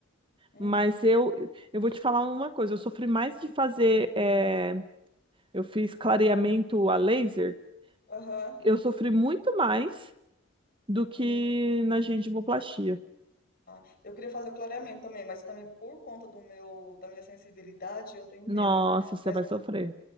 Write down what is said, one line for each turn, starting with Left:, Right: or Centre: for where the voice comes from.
Left: Uhum.
Right: mas eu, eu vou te falar uma coisa, eu sofri mais de fazer, é, eu fiz clareamento
Left: Ah,
Right: a laser,
Left: aham.
Right: eu sofri muito mais do
Left: Hum,
Right: que na gengivoplastia.
Left: ah. Eu queria fazer o clareamento também, mas também por conta do meu, da minha sensibilidade, eu tenho medo.
Right: Nossa, você
Left: Mas
Right: vai sofrer.